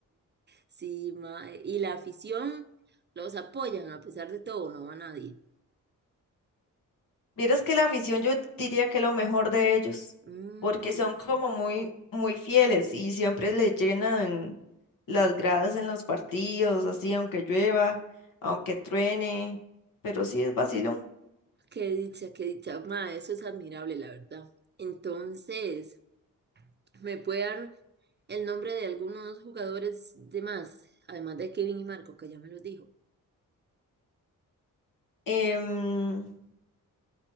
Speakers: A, on the right; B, on the left.
A: Sí, mae. Y la afición los apoyan a pesar de todo, no va nadie.
B: Vieras que la afición yo diría que lo mejor de ellos,
A: Mm,
B: porque
A: qué
B: son
A: dicha.
B: como muy, muy fieles y siempre le llenan las gradas en los partidos, así, aunque llueva, aunque truene, pero sí es vacilón.
A: Qué dicha, qué dicha. Ma, eso es admirable, la verdad. Entonces, ¿me puede dar el nombre de algunos jugadores de más? Además de Kevin y Marco, que ya me los dijo.
B: Em,